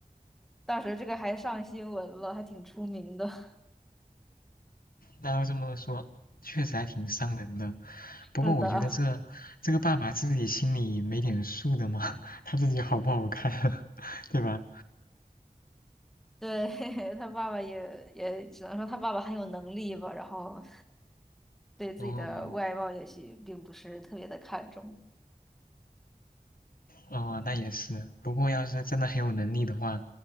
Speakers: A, in the centre; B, on the left.
A: 当时这个还上新闻了，还挺出名的。<laughs>
B: 那要这么说，确实还挺伤人的。不过我觉得这这个爸爸自己心里没点数的吗？
A: 是的，
B: <laughs> 他自己好不好看，<laughs> 对吧？
A: 对，<laughs> 他爸爸也也只能说他爸爸很有能力吧，然后对自己的外貌也许并不是特别的看重。
B: 哦，哦，那也是。不过要是真的很有能力的话，